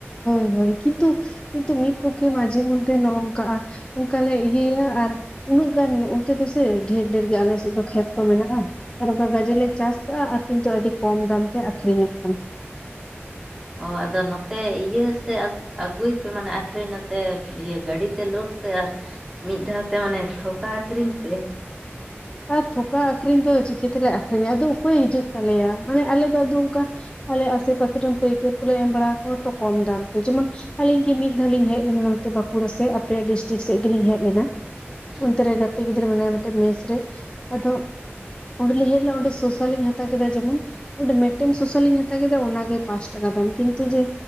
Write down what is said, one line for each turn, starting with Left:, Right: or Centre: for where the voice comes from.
Left: ᱦᱳᱭ ᱦᱳᱭ ᱠᱤᱱᱛᱩ ᱠᱤᱱᱛᱩ ᱢᱤᱫ ᱯᱚᱠᱠᱷᱮ ᱢᱟᱡᱷᱮ ᱢᱚᱫᱽᱫᱷᱮ ᱱᱚᱝᱠᱟ ᱟ ᱚᱝᱠᱟ ᱞᱮ ᱤᱭᱟᱹᱭᱟ ᱟᱨ ᱩᱱᱟᱹᱜ ᱜᱟᱱ ᱚᱱᱛᱮ ᱫᱚ ᱥᱮ ᱰᱷᱮᱨ ᱰᱷᱮᱨ ᱜᱮ ᱟᱞᱮ ᱥᱮᱫ ᱫᱚ ᱠᱷᱮᱛ ᱠᱚ ᱢᱮᱱᱟᱜᱼᱟ ᱟᱨ ᱚᱠᱟ ᱜᱟᱡᱮ ᱞᱮ ᱪᱟᱥ ᱠᱟᱜᱼᱟ ᱟᱨ ᱠᱤᱱᱛᱩ ᱟᱹᱰᱤ ᱠᱚᱢ ᱫᱟᱢ ᱛᱮ ᱟᱠᱷᱨᱤᱧᱚᱜ ᱠᱟᱱᱟ
Right: ᱚ ᱟᱫᱚ ᱱᱚᱛᱮ ᱤᱭᱟᱹ ᱥᱮ ᱟᱹᱜᱩᱭ ᱯᱮ ᱢᱟᱱᱮ ᱟᱹᱷᱨᱤᱧ ᱱᱚᱛᱮ ᱤᱭᱟᱹ ᱜᱟᱹᱰᱤᱛᱮ ᱞᱳᱰ ᱯᱮ ᱟᱨ ᱢᱤᱫ ᱫᱷᱟᱣ ᱛᱮ ᱢᱟᱱᱮ ᱛᱷᱚᱠᱟ ᱟᱠᱷᱨᱤᱧ ᱯᱮ
Left: ᱟᱨ ᱛᱷᱚᱠᱟ ᱟᱠᱷᱨᱤᱧ ᱫᱚ ᱪᱤᱠᱟᱹ ᱛᱮᱞᱮ ᱟᱠᱷᱨᱤᱧᱟ ᱟᱫᱚ ᱚᱠᱚᱭ ᱦᱤᱡᱩᱜ ᱛᱟᱞᱮᱭᱟ ᱢᱟᱱᱮ ᱟᱞᱮ ᱫᱚ ᱟᱫᱚ ᱚᱝᱠᱟ ᱟᱞᱮ ᱟᱥᱮ ᱯᱟᱥᱮ ᱨᱮᱱ ᱯᱟᱹᱭᱠᱟᱹᱨ ᱠᱚᱞᱮ ᱮᱢ ᱵᱟᱲᱟ ᱟᱠᱣᱟ ᱛᱚ ᱠᱚᱢ ᱫᱟᱢ ᱛᱮ ᱡᱮᱢᱚᱱ ᱟᱞᱤᱧᱜ ᱜᱤ ᱢᱤᱫᱷᱟᱣᱞᱤᱧ ᱦᱮᱡ ᱞᱮᱱᱟ ᱱᱚᱛᱮ ᱵᱟᱸᱠᱩᱲᱟ ᱥᱮᱫ ᱟᱮᱭᱟᱜ ᱰᱤᱥᱴᱤᱠ ᱥᱮᱫ ᱜᱮᱞᱤᱧ ᱦᱮᱡ ᱞᱮᱱᱟ
Right: ᱦᱩᱸ
Left: ᱚᱱᱛᱮ ᱨᱮ ᱜᱟᱛᱮ ᱜᱤᱫᱽᱨᱟᱹ ᱢᱟᱱᱮᱭ ᱢᱮᱴᱮ ᱢᱮᱥ ᱨᱮ ᱟᱫᱚ
Right: ᱦᱩᱸ
Left: ᱚᱸᱰᱮᱞᱤᱧ ᱦᱮᱡ ᱞᱮᱱᱟ ᱚᱸᱰᱮ ᱥᱚᱥᱟᱞᱤᱧ ᱦᱟᱛᱟᱣ ᱠᱮᱫᱟ ᱡᱮᱢᱚᱱ ᱚᱸᱰᱮ ᱢᱤᱫᱴᱮᱱ ᱥᱚᱥᱟᱞᱤᱧ ᱦᱟᱛᱟᱣ ᱠᱮᱫ ᱦᱟᱛᱟ ᱠᱮᱫᱟ ᱚᱱᱟᱜᱮ ᱯᱟᱸᱪ ᱴᱟᱠᱟ ᱫᱟᱢ ᱠᱤᱱᱛᱩ ᱡᱮ